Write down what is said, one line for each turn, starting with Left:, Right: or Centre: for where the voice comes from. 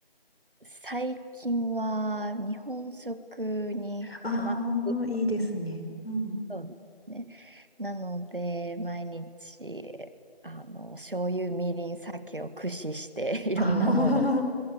Right: 最近は日本食にハマって
Left: ああー、いいですね。うん。
Right: そうですね。なので、毎日、あの、醤油、みりん、酒を駆使して <laughs> いろんなものを作
Left: あー